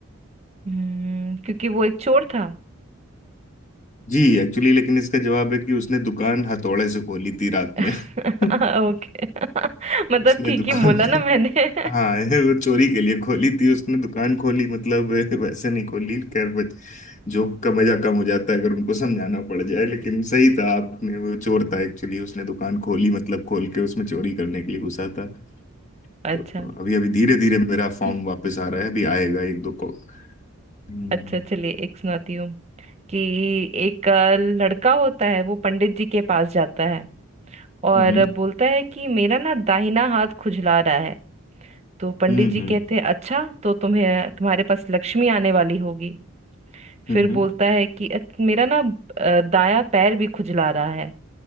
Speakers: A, on the right; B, on the left.
A: हम्म क्योंकि वो एक चोर था
B: जी एक्चुअली लेकिन इसका जवाब है कि उसने दुकान हथौड़े से खोली थी रात
A: <laughs>
B: में <laughs>
A: ओके <laughs> मतलब
B: उसने
A: ठीक
B: दुकान
A: ही बोला ना
B: का
A: मैंने <laughs>
B: हाँ ये वो चोरी के लिए खोली थी उसने दुकान खोली मतलब वैसे नहीं खोली खैर बच- जोक का मजा कम हो जाता है अगर उनको समझाना पड़ जाए लेकिन सही था आपने वो चोर था एक्चुअली उसने दुकान खोली मतलब खोल के उसमें चोरी करने के लिए घुसा था
A: अच्छा
B: तो अभी अभी धीरे धीरे मेरा फॉर्म
A: <laughs>
B: वापस आ रहा है अभी आएगा एक दो को हम्म
A: अच्छा चलिए एक सुनाती हूँ कि एक अ, लड़का होता है वो पंडित जी के पास जाता है और
B: हम्म
A: बोलता है कि मेरा ना दाहिना हाथ खुजला रहा है तो पंडित
B: हम्म
A: जी
B: हम्म
A: कहते हैं अच्छा तो तुम्हें तुम्हारे पास लक्ष्मी आने वाली होगी
B: हम्म
A: फिर बोलता है कि "अ- मेरा ना अ, दायां पैर भी खुजला रहा है